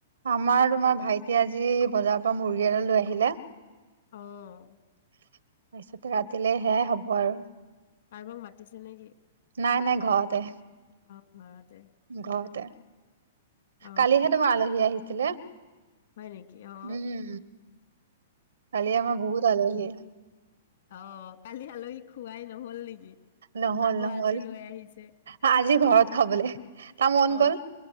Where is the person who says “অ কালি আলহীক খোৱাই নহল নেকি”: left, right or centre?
Left